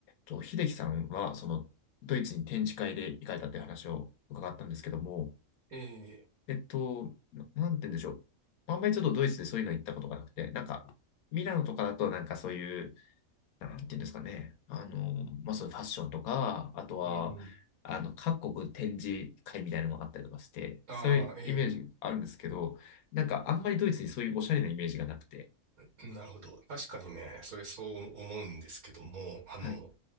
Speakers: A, on the left (about 80°); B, on the right (about 80°).
A: と、秀樹さんは、その、ドイツに展示会で行かれたっていう話を伺ったんですけども、
B: ええ、
A: えっと、な、なんて言うんでしょう。あんまりちょっとドイツでそういうの行ったことがなくて、なんか、ミラノとかだとなんかそういう、なんて言うんですかね。あの、まあ、そういうファッションとか、あとは、
B: うん。
A: あの、各国展示会みたいなのがあったりとかして、
B: ああ、
A: そういうイメージあるんですけど、
B: え
A: なんかあんまりドイツにそういうおしゃれなイメージがなくて。
B: え、なるほど。確かにね、それそう思うんですけども、あの、
A: はい。